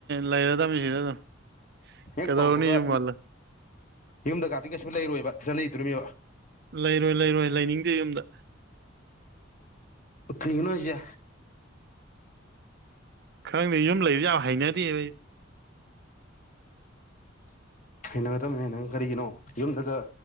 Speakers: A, on the right; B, on the left.
A: ꯂꯩꯔꯗꯝꯃꯤ ꯁꯤꯗ ꯑꯗꯨꯝ
B: ꯍꯦꯛ
A: ꯀꯩꯗꯧꯔꯨꯅꯤ
B: ꯇꯧꯕꯒ
A: ꯌꯨꯝ ꯍꯜꯂꯣꯢ
B: ꯌꯨꯝꯗ ꯀꯥꯗꯤ ꯀꯩꯁꯨ ꯂꯩꯔꯣꯏꯕ ꯁꯤꯗ ꯂꯩꯗꯣꯔꯤꯃꯤꯕ
A: ꯂꯩꯔꯣꯏ ꯂꯩꯔꯣꯏ ꯂꯩꯅꯤꯡꯗꯦ ꯌꯨꯝꯗ
B: ꯀ꯭ꯔꯤꯒꯤꯅꯣ ꯍꯥꯏꯁꯦ
A: ꯈꯪꯗꯦ ꯌꯨꯝ ꯂꯩꯕꯖꯦ ꯌꯥꯝ ꯍꯩꯅꯗꯦꯕ ꯑꯩ
B: ꯍꯩꯅꯒꯗꯕꯅꯤ ꯍꯩꯅ ꯀꯔꯤꯒꯤꯅꯣ ꯌꯨꯝꯗꯒ